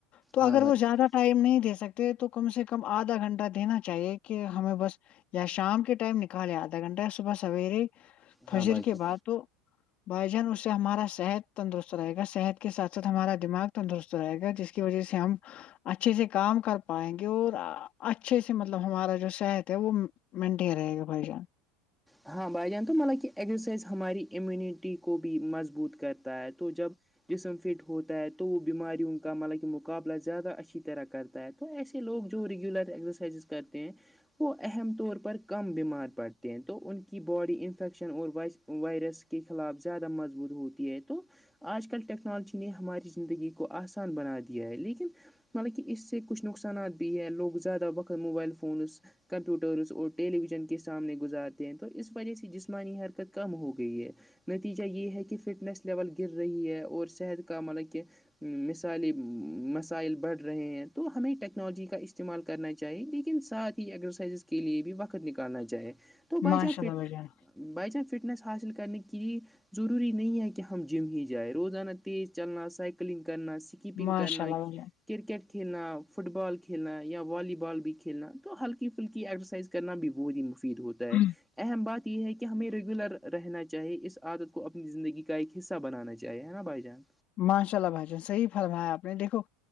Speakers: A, on the left; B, in the centre.
A: تو اگر
B: ہاں بھائی
A: وہ زیادہ
B: جان
A: ٹائم نہیں دے سکتے تو کم سے کم آدھا گھنٹہ دینا چاہیے کہ ہمیں بس یا شام کے ٹائم نکالے آدھا گھنٹہ صبح سویرے فجر
B: ہاں بھائی جان ہاں بھائی
A: کے
B: جان
A: بعد تو بھائی جان اس سے ہمارا صحت تندرست رہے گا صحت کے سات ساتھ ہمارا دماغ تندرست رہے گا جس وجہ سے ہم اچھے سے کام کر پائیں گے اور ا اچھے سے مطلب ہمارا جو صحت ہے وہ مینٹیں رہے گا بھائی جان
B: ہاں بھائی جان تو مین نے کیا ایگزرسائز ہماری امیونٹی کو بھی مضبوط کر تا ہے تو جب جسم فٹ ہوتا ہے تو وہ بیماریوں کا مطلب کہ م قابلہ زیادہ اچھی طرح کرتا ہے تو ایسے لوگ جو ریگولر ایکسرسائزز کرتے ہیں وہ اہم طور پر کم بیمار پڑتے ہیں تو ان کی باڈی انفیکشن اور وائز وائرس کے خلاف زیادہ مضبوط ہوتی ہے تو آج کل ٹیکنالوجی نے ہماری زندگی کو آسان بنا دیا ہے لیکن حالانکہ اس سے کچھ نقصانات بھی ہے لوگ زیادہ وقت موبائل فونز کمپیوٹرس اور ٹیلی ویژن کے سامنے گزار تے ہیں تو اس وجہ سے جسمانی حرکت کم ہو گئی ہے نتیجہ یہ ہے کہ فٹنس لیول گر رہی ہے اور صحت کا مطلب کہ ہوں مثالی مسائل بڑھ رہے ہیں تو ہمیں ٹیکنالوجی کا استعمال کرنا چاہی لیکن ساتھ ہی ایکسرسائزز کے لیے بھی وقت نکالنا چاہے تو بھائی
A: ماشاء
B: جان فٹ
A: اللہ بھائی جان
B: بھائی جان فٹنیس حاصل کرنی کی ضروری نہیں ہے کہ ہم جم ہی جائیں روزانہ تیز چلنا سائ کلنگ کرنا سکیپنگ
A: ماشاء
B: کرنا
A: اللہ بھائی
B: کرکٹ کھیلنا فٹ بال کھیلنایا والی بال بھی کھیلنا تو ہلکی پھلکی ایگزرسائز کرنا بھی بہت ہی مفید ہوتا
A: جان
B: ہے اہم بات یہ ہے کہ ہمیں ریگولر رہنا چاہیے اس عادت کو اپنی زندگی کا ایک حصہ بنانا چاہے ہے نا بھائی جان
A: ماشاء اللہ بھائی جان صحیح فرمایا آپ نے دیکھو